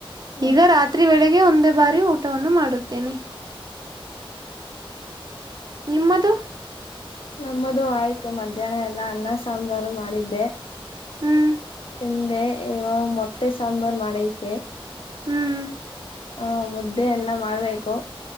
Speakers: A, on the left (about 70°); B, on the right (about 45°).
A: ಹ
B: ಈಗ ರಾತ್ರಿ ವೇಳೆಗೆ ಒಂದೇ ಬಾರಿ ಊಟವನ್ನು ಮಾಡುತ್ತೇನೆ. ನಿಮ್ಮದು
A: ನಮ್ಮದು ಆಯ್ತು ಮಧ್ಯಾಹ್ನ ಎಲ್ಲ ಅನ್ನ ಸಾಂಬಾರು ಮಾಡಿದ್ದೆ
B: ಹ್ಮ್
A: ಹಿಂದೆ ಇವ ಮೊಟ್ಟೆ ಸಾಂಬಾರ್ ಮಾಡೈತೆ.
B: ಹ್ಮ್
A: ಹಾ ಮುದ್ದೆಯನ್ನ ಮಾಡ್ಬೇಕು